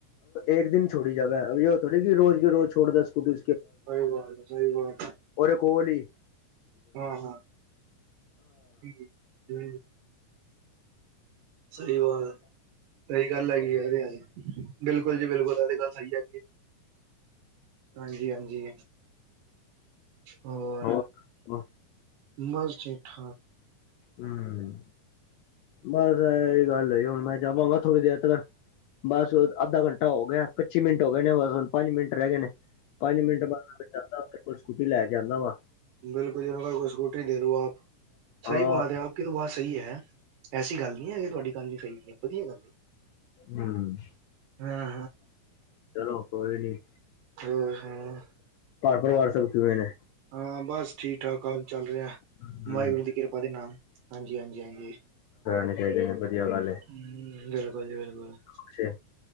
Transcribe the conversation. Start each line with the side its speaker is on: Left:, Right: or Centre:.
Left: ਇੱਕ ਦਿਨ ਛੋੜੀ ਜਾਵੇ ਅਬ ਯੋ ਥੋੜੀ ਕਿ ਰੋਜ਼ ਕੇ ਰੋਜ਼ ਛੋੜਦੇ ਸਕੂਟੀ।
Right: ਸਈ ਬਾਤ ਸਈ ਬਾਤ ਐ।
Left: ਉਦੇ ਕੋਲ ਈ।
Right: ਹਾਂ-ਹਾਂ ਠੀਕ ਏ <unintelligible> ਸਹੀ ਬਾਤ ਹੈ ਸਹੀ ਗੱਲ ਹੈਗੀ ਆ ਬਿਲਕੁਲ ਜੀ ਬਿਲਕੁਲ ਏ ਤੇ ਗੱਲ ਸਹੀ ਹੈਗੀ ਐ। ਹਾਂਜੀ-ਹਾਂਜੀ। ਹੋਰ
Left: ਹਮ
Right: ਬਸ ਠੀਕ ਠਾਕ।
Left: ਹੂੰ ਬਸ ਏ ਈ ਗੱਲ ਹੇਗੀ ਹੁਣ ਮੈਂ ਜਾਵਾਂਗਾ ਥੋੜੀ ਦੇਰ ਤੱਕਨ। ਬਸ ਅੱਧਾ ਘੰਟਾ ਹੋ ਗਿਆ, ਪੱਚੀ ਮਿੰਟ ਹੋ ਗਏ ਨੇ ਬਸ ਹੁਣ ਪੰਜ ਮਿੰਟ ਰਹਿ ਗਏ ਨੇ। ਪੰਜ ਮਿੰਟ ਬਾਅਦ ਜਾਂਦਾ ਵਾ ੳਦੇਂ ਕੋਲ ਸਕੂਟੀ ਲੈ ਕੇ ਆਂਦਾ ਵਾ।
Right: ਬਿਲਕੁਲ ਜੀ ਹਮਾਰੇ ਕੋ ਸਕੂਟਰੀ ਦੇ ਦੋ ਆਪ, ਸਹੀ
Left: ਹਾਂ
Right: ਬਾਤ ਹੈ ਆਪ ਕੀ ਤੋ ਬਾਤ ਸਹੀ ਹੈ। ਐਸੀ ਗੱਲ ਨੀ ਹੈ ਤੁਹਾਡੀ ਗੱਲ ਨੀ ਸਹੀ ਹੈ ਵਧੀਆ ਗੱਲ ਹੈ।
Left: ਹਮ
Right: ਹਾਂ
Left: ਚਲੋ ਕੋਈ ਨੀ।
Right: ਹ ਹਮ <unintelligible>
Left: ਘਰ ਪਰਿਵਾਰ ਸਬ ਕਿਵੇਂ ਨੇ?
Right: ਹਾਂ ਬਸ ਠੀਕ ਠਾਕ ਕੰਮ ਚੱਲ ਰਿਹਾ।
Left: ਹਮ
Right: ਵਾਹਿਗੁਰੂ ਦੀ ਕਿਰਪਾ ਦੇ ਨਾਂਲ ਹਾਂਜੀ-ਹਾਂਜੀ-ਹਾਂਜੀ।
Left: ਣੇ ਚਾਹੀਦੇ ਨੇ ਵਧੀਆ ਗੱਲ ਏ।
Right: ਹਮ ਬਿਲਕੁਲ ਜੀ ਬਿਲਕੁਲ।
Left: ਅੱਛਾ